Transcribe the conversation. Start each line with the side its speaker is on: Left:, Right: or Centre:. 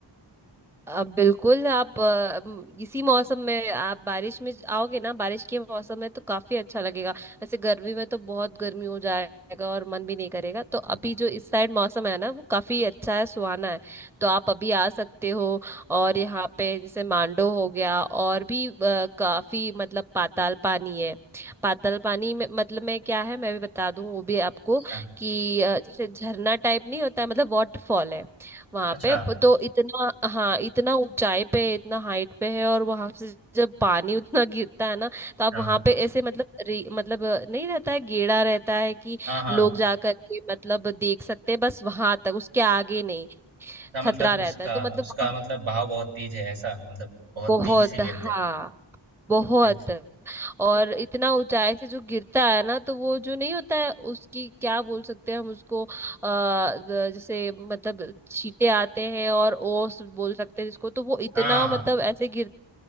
Centre: अब बिल्कुल आप अ, म, इसी मौसम में आप बारिश में आओगे ना बारिश के मौसम में तो काफी अच्छा लगेगा वैसे गर्मी में तो बहुत गर्मी हो जाएगा और मन भी नहीं करेगा तो अभी जो इस साइड मौसम है ना वो काफी अच्छा है सुहाना है तो आप अभी आ सकते हो और यहाँ पे जैसे मांडो हो गया और भी अ, काफी मतलब पाताल पानी है पाताल पानी में मतलब में क्या है मैं भी बता दूं वो भी आपको
Right: अच्छा
Centre: कि अ, जैसे झरना टाइप नहीं होता है मतलब वाटरफॉल है वहां
Right: अच्छा
Centre: पे प- तो इतना हाँ इतना ऊंचाई पे इतना हाइट पे है और वहां से जब पानी उतना गिरता है ना तो आप
Right: हाँ
Centre: वहां पे ऐसे मतलब रे- मतलब अ, नहीं रहता है गेड़ा रहता है कि
Right: हाँ हाँ
Centre: लोग जा करके मतलब देख सकते हैं बस वहां तक उसके आगे नहीं
Right: अच्छा
Centre: खतरा
Right: मतलब
Centre: रहता
Right: उसका
Centre: है तो मतलब
Right: उसका
Centre: वहां
Right: मतलब बहाव बहुत तेज है ऐसा मतलब बहुत
Centre: बहुत
Right: तेजी से गिरते
Centre: हाँ
Right: हैं
Centre: बहुत
Right: फिर तो,
Centre: और इतना ऊंचाई से जो गिरता है ना तो वो जो नहीं होता है उसकी क्या बोल सकते हैं हम उसको आ, जैसे मतलब छींटे आते हैं और ओस बोल सकते हैं जिसको तो वो इतना
Right: हाँ हाँ
Centre: मतलब ऐसे गिर